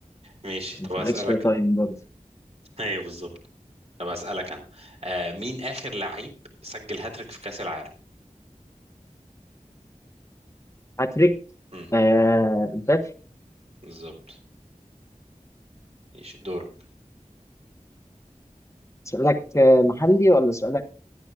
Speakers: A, on the right; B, on the left.
A: ماشي
B: كان
A: طب
B: في
A: اسالك
B: الاكسترا تايم
A: انا
B: برضه
A: ايوه بالظبط طب اسالك انا آه مين اخر لعيب سجل هاتريك في كاس العالم
B: هاتريك
A: امم
B: آه، امبابي
A: بالظبط ماشي دورك
B: سؤالك آه، محلي ولا سؤالك